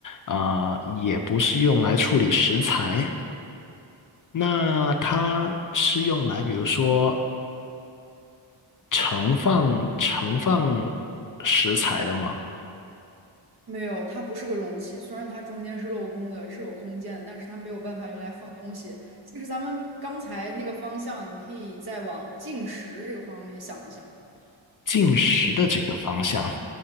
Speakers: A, on the left; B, on the right.
A: 啊、也不是用来处理食材，那它是用来比如说盛放盛放食材的吗？
B: 没有，它不是个容器，虽然它中间是镂空的，是有空间，但是它没有办法用来放东西。其实咱们刚才那个方向，你可以再往进食这个方面想一想。
A: 进食的这个方向。